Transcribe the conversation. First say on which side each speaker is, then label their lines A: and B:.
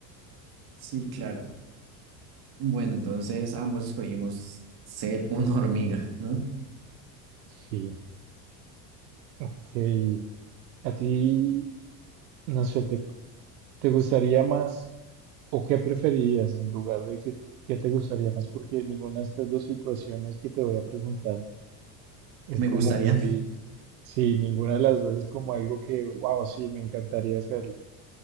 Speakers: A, on the right; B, on the right.
A: Sí, claro. Bueno, entonces ambos escogimos ser una <laughs> hormiga, ¿no?
B: Sí, ok. ¿A ti, no sé, te, te gustaría más o qué preferirías en lugar de que, qué te gustaría más? Porque ninguna de estas dos situaciones que te voy a presentar es
A: Me
B: como
A: gustaría.
B: muy,
A: <laughs>
B: sí, ninguna de las dos es como algo que, wow, sí, me encantaría hacerlo.